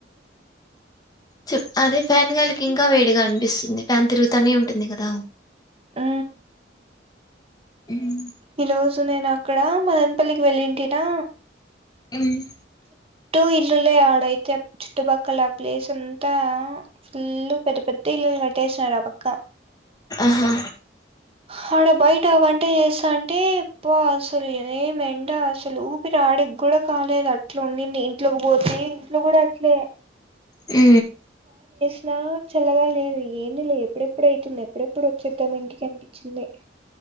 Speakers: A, on the left; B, on the right.
A: చేప్ అదే ఫ్యాన్గాలికి ఇంకా వేడిగా అనిపిస్తుంది ఫ్యాన్ తిరుగుతానే ఉంటుంది కదా
B: ఆ
A: ఉమ్
B: ఈ రోజు నేను అక్కడ మదనపల్లికి వెళ్ళింటినా
A: ఉమ్మ్
B: చుట్టూ ఇల్లులే ఆడైతే చుట్టుపక్కల ఆ ప్లేస్ అంతా ఫుల్ పెద్ద పెద్ద ఇల్లులునాయ్. చేసినారుఆపక్క
A: ఆహా
B: హడ బై ఇంట వంట చేస్తా అంటే పో అసలు ఏ మెండ అసలు ఊపి రాడకి కూడా కాలేదు అట్లా ఉండింది ఇంట్లోకి పోతే ఇంట్లో కూడా అట్లే
A: ఊ
B: ఫ్లోర్ చల్లగా లేదు ఎందీలే ఎప్పుడెప్పుడైతుంది ఎప్పుడెప్పుడు వచ్చేద్దాం ఇంటికి అనిపించింది.